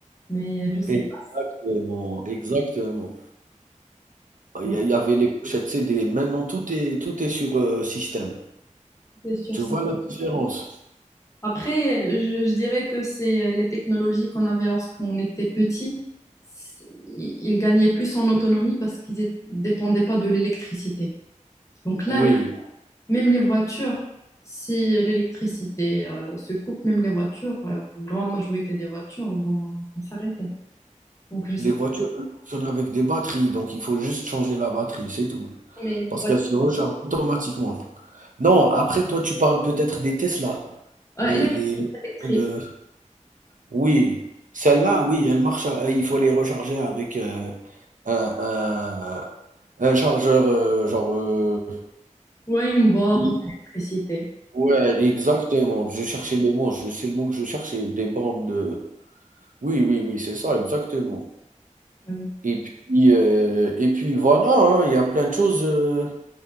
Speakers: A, on the left; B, on the right.
A: Mais je sais
B: Exactement,
A: pas.
B: exactement.
A: Donc,
B: Il y a il y avait les pochettes CD. Maintenant, tout est tout est sur, heu, système.
A: c'est sûr
B: Tu
A: si
B: vois la différence?
A: Après, je, je dirais que c'est euh, les technologies qu'on avait lorsqu'on était petit. C'est- Ils ils gagnaient plus en autonomie parce qu'ils é- dépendaient pas de l'électricité. Donc là,
B: Oui,
A: même les voitures, si l'électricité euh, se coupe, même les voitures, euh, une grande majorité des voitures vont, vont s'arrêter. Donc je sais
B: les voitures,
A: pas,
B: elles fonctionnent avec des batteries, donc il faut juste changer la batterie, c'est tout.
A: mais les
B: Parce
A: voitures
B: qu'elles se rechargent automatiquement. Non, après toi, tu parles peut-être des Tesla.
A: Ouais,
B: Les
A: et les
B: les
A: voitures
B: les
A: électriques.
B: voitures de oui, celles-là, oui, elles marchent à il faut les recharger avec, heu, un un un chargeur, heu, genre, heu,
A: Ouais, une borne
B: de
A: d'électricité.
B: Ouais, exactement. Je cherchais le mot, je c'est le mot que je cherchais, des bandes de oui, oui, oui, c'est ça, exactement.
A: Euh,
B: Et puis, heu et puis voilà, hein, il y a plein de choses, heu,